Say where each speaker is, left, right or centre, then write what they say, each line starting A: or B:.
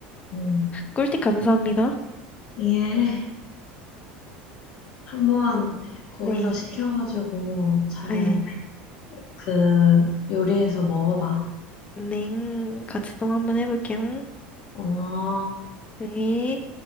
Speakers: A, on the left; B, on the left.
A: 음.
B: 꿀팁 감사합니다.
A: 예. 한번 거기서
B: 네.
A: 시켜가지고 잘
B: 네.
A: 그 요리해서 먹어봐.
B: 넹, 같이 동 한번 해볼게요.
A: 어.
B: 네.